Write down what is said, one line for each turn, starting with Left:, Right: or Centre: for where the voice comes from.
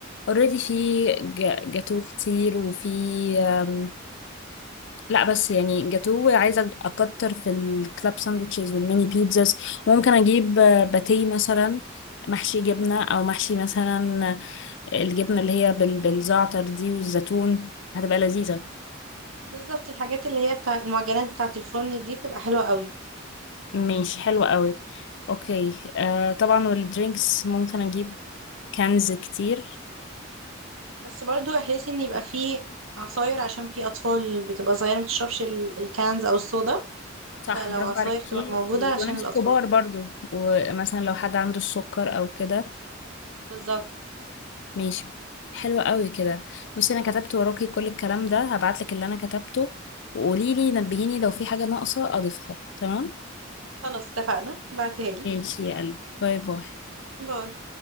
Left: اوريدي في جا- جاتو كتير وفي أم، لا بس يعني جاتو عايزة أكتر في الكلاب ساندوتشز والميني بيتزاز ممكن أجيب آه، باتيه مثلا محشي جبنة أو محشي مثلا آه، الجبنة اللي هي بال- بالزعتر دي والزيتون هتبقى لذيذة
Right: بالظبط الحاجات اللي هي بتاع المعجنات بتاعة الفرن دي بتبقى حلوة قوي
Left: ماشي حلوة قوي أوكي أه طبعا والدرينكس ممكن أجيب كنز كتير
Right: بس برضو احس ان يبقى فيه عصاير عشان في أطفال بتبقى صغيرة متشربش ال- الكانز أو الصودا
Left: صح
Right: فلو
Left: برافو
Right: عصاير
Left: عليكي
Right: تبقى موجودة
Left: وناس
Right: عشان الأطفال
Left: كبار برضو ومثلا لو حد عنده السكر او كده
Right: بالظبط
Left: ماشي حلو قوي كده بصي انا كتبت وراكي كل الكلام ده هبعتلك اللي انا كتبته وقولي لي نبهيني لو في حاجة ناقصة اضيفها تمام
Right: خلاص اتفقنا بعتها لي
Left: ماشي يا قلبي باي باي
Right: باي